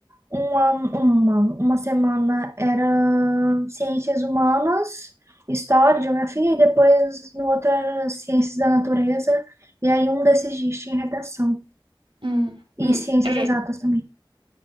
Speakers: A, on the right; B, on the right.
A: uma, uma, uma semana era ciências humanas, história, geografia, e depois no outro era ciências da natureza, e aí um desses dias tinha redação.
B: Hum,
A: E
B: hum,
A: ciências
B: é.
A: exatas também.